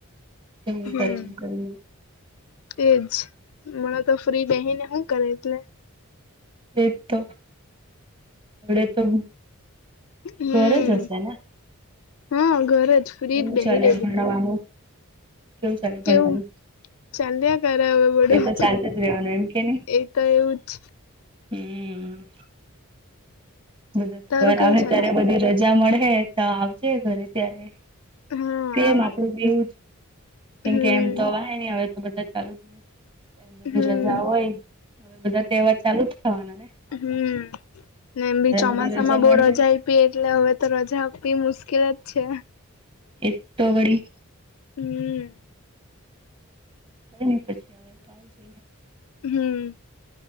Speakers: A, on the right; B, on the left.
A: કેમ
B: હમ
A: કરે? એમ કરીએ.
B: એજ મણા તો ફ્રી રહી ને, શું કરે એટલે?
A: તે તો એડ તો
B: હમ
A: ગરજ હશેને.
B: હા, ઘરે જ. ફ્રી
A: કેવું
B: જ બેહી
A: ચાલે,
B: રહેલી
A: ભણવાનું
B: મે
A: કેવું ચાલે,
B: કેવું
A: ભણવાનું?
B: ચાલ્યા કરે, હવે બડું
A: એ તો ચાલતું જ રેવાનું એમ કે નહી
B: એ તો એવું જ.
A: હમ. હમ. બધો તહેવાર
B: તારું કેવું
A: આવે
B: ચાલે
A: ત્યારે બધી રજા મળે, તો આવજે ઘરે, ત્યારે
B: હા
A: તેમ
B: આવા
A: આપડું એવું જ, કેમકે
B: હમ
A: એમ તો આવા હે, નહી આવે. તો બધા ચાલુ જ દ બધી
B: હમ
A: રજા હોય, હ બધા તહેવાર ચાલુ જ થવાના ને. આપડા
B: હમ, એમી
A: ત્યારે
B: ચોમાસા
A: બધી
B: માં બહુ
A: મળે
B: રજા એ પી એટલે હવે તો રજા આપવી મુશ્કેલ જ છે.
A: એ તો ગડી.
B: હમ.
A: <unintelligible>
B: હમ.